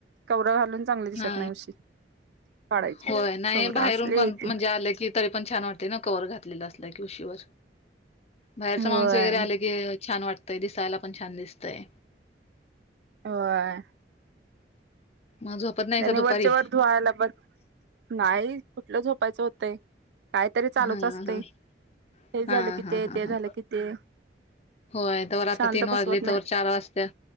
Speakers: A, on the right; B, on the left.
A: कवरं घालून चांगली दिसत
B: हा,
A: नाही उशी काढायची
B: होय नाही
A: कवर
B: बाहेरून
A: असली
B: कोण,
A: आहे
B: म्हणजे
A: ती
B: आलं की तरी पण छान वाटतंय ना कवर घातलेलं असल्या की उशीवर. बाहेरचा
A: होय
B: माणूस वगैरे आले की छान वाटतंय, दिसायला पण छान दिसतंय.
A: होय
B: मग झोपत नाही
A: त्यानी
B: का
A: वरच्या
B: दुपारी?
A: वर धुवायला बघ नाही, कुठलं झोपायचं होतंय, काहीतरी चालूच
B: हा
A: असतंय.
B: हा
A: हे झालं
B: हा
A: कि
B: हा
A: ते,
B: हा
A: ते
B: हा
A: झालं कि ते.
B: होय, तवर आता
A: शांत
B: तीन वाजले
A: बसवत नाही
B: तवर चार वाजत्या,